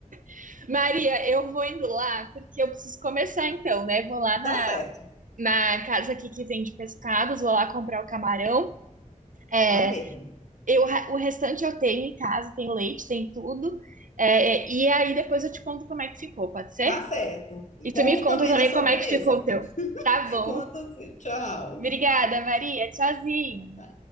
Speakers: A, on the right; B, on the left.
A: <laughs> Maria, eu vou indo lá, porque eu preciso começar então, né? Vou lá na,
B: Tá certo,
A: na casa aqui que vende pescados, vou lá comprar o camarão. É,
B: vai mesmo.
A: eu, o restante eu tenho em casa, tem leite, tem tudo. É, é, e aí depois eu te conto como é que ficou, pode ser?
B: Tá certo.
A: E
B: Conto
A: tu me conta
B: também
A: também
B: da sobremesa.
A: como é que ficou o teu. Tá bom.
B: Conta assim, tchau.
A: Obrigada, Maria. Tchauzinho.
B: Ah, tá.